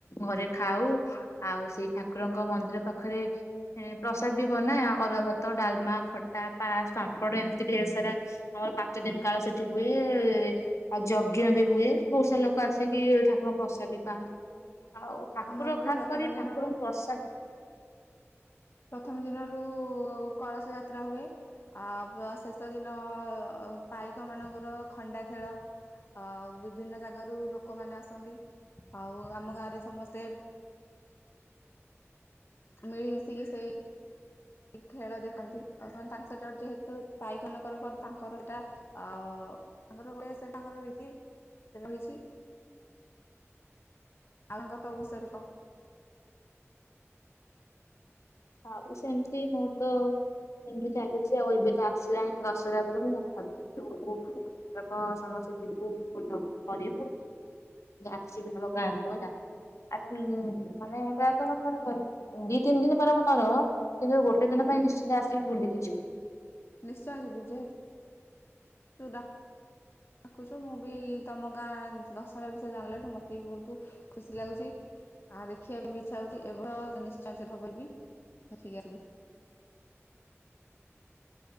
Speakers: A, on the left; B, on the left.
A: ଘରେ ଖାଉ ଆଉ ସେଇ ଠାକୁରଙ୍କ ମନ୍ଦିର ପାଖରେ ପ୍ରସାଦ ବି ହୁଅ ନା ଅରୁଆ ଭାତ ଡାଲମା ଖଟା ପା ସାମ୍ପଡ ଏମିତି ଢେର ସାରା ଆମର ପାଞ୍ଚ ଦିନ କାଳ ସେଠି ହୁଏ ଆଉ ଯଜ୍ଞ ବି ହୁଏ ବହୁତ ସାରା ଲୋକ ଆସି କିି ଠାକୁରଙ୍କ ପ୍ରସାଦ ବି ପାଆନ୍ତି। ଆଉ ଠାକୁର
B: ଆମର ବି
A: ଖାସ୍
B: ପ୍ରଥମ
A: କରି ଠାକୁରଙ୍କୁ
B: ଦିନରୁ
A: ପ୍ରସାଦ
B: ପ୍ରଥମ ଦିନରୁ କଳସ ଯାତ୍ରା ହୁଏ। ଆ ବା ଶେଷ ଗତ ଦିନ ପାଇକମାନଙ୍କର ଖଣ୍ଡା ଖେଳ, ଆଉ ବିଭିନ୍ନ ଜାଗାରୁ ଲୋକମାନେ ଆସନ୍ତି ଆଉ ଆମ ଗାଁରେ ସମସ୍ତେ ମିଳି ମିଶିକି ସେଇ ଖେଳ ଦେଖନ୍ତି ଆଉ ସେମାନେ ତାଙ୍କ ସେଟା ଯେହେତୁ ପାଇକ ନା କର ପରେ ଆଙ୍କର ସେଇଟା ତାଙ୍କର ସେ ହୁଏ ତାଙ୍କର ରୀତି ସେ ରହିଛି <unintelligible> ତ ବିଷୟରେ କହ
A: ଆଉ ସେମିତି ମୁଁ ତ ସେମିତି ଚାଲିଛି ଆଉ ଏବେ ତ ଆସିଲାଣି ଦଶହରା ପୁଣି ଭାବିଛୁ, ଏଥର ସମସ୍ତେ ଯିବୁ ବୁୁ କରିବୁ ଆସିବୁ ଆମ ଗାଁକୁ ହେଲା ଆ ମାନେ ପ୍ରାୟତଃ ଦି ତିନି ଦିନ ପରେ ଆର କିନ୍ତୁ ଗୋଟେ ଦିନ ପାଇଁ ନିଶ୍ଚିନ୍ତ ଆସିକି ବୁଲିକି ଯିବୁ
B: ନିଶ୍ଚୟ ଯିବି, ଯେହେତୁ ତୁ ଡାକୁଛୁ ମୁଁ ବି ତମ ଗାଁ ଦଶହରା ବିଷୟ ଜାଣିଲାଠୁ ମତେ ବି ବହୁତ ଖୁସି ଲାଗୁଛି ଆ ଦେଖିବା ପାଇଁ ବି ଇ୍ଛା ହଉଛି ଏ ବର୍ଷ ନିଶ୍ଚୟ ଯଦି ହବଲବି ଦେଖିକି ଆସିବି